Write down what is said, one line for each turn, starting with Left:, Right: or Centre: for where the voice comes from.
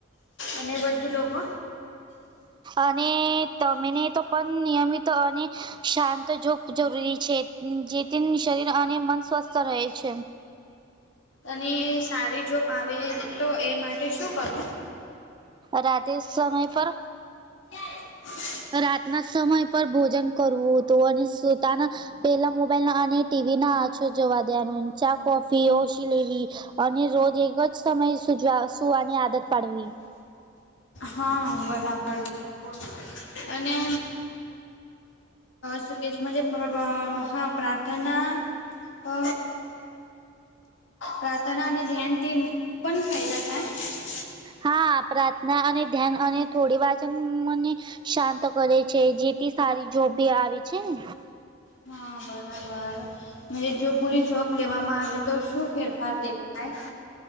Left: અને બધું લોકો.
Right: અને તમેને તો પણ નિયમિત અને. શાંત જો જરૂરી છે જેથી શરીર અને મન સ્વસ્થ રહે છે.
Left: અને સારી જોપ આવે તો એ માટે શું કરવું.
Right: રાતે સમય પર.
Left: હ.
Right: રાતના સમય પર ભોજન કરવું હતું અને પોતાના. પેલા મોબાઈલ અને ટીવીના આછો જોવા દેનું ચા કોફી ઓ શિલેવી. અને રોજ એકજ સમય સુજવા સુવાની આદત પાડવી.
Left: હા બરાબર બિલકુલ અને. શુભ કહે છે એજ હા પ્રાર્થના અ. પ્રાર્થના અને ધ્યાન થી પણ ફાયદા થાય.
Right: હા પ્રાર્થના અને ધ્યાન અને થોડી વાચન મને. શાંત કરે છે જેથી સારી જોબી આવે છે ને.
Left: હા બરાબર જો પૂરી જોબ લેવામાં આવે તો શું ફેરફાર દેખાય.